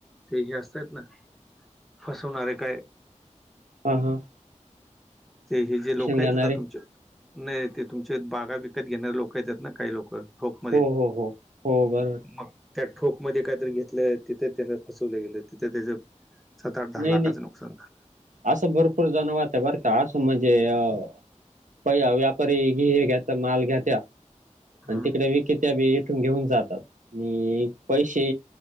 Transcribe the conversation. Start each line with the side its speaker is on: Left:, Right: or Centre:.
Centre: ते हे असत्यात ना फसवणारे काय
Right: हां हां.
Centre: ते हे जे लोकं
Right: घेणारे
Centre: येतात ना तुमचे, नाही ते तुमचे बागा विकत घेणारे लोकं येत्यात ना काही लोकं ठोक मध्ये,
Right: हो हो हो हो बरोबर
Centre: मगं? त्या ठोकमध्ये काहीतरी घेतलं, तिथं त्यांना फसवलं गेलं. तिथं त्याचं सात, आठ, दहा
Right: नाही
Centre: लाखाचं
Right: नाही
Centre: नुकसान झालं.
Right: असं भरपूर जण होता बरं का? असं म्हणजे अ पया व्यापारी घ्ये घेता माल घेत्या,
Centre: झालं
Right: आण तिकडे विकेत त्या बी येथून घेऊन जातात. आणि पैसे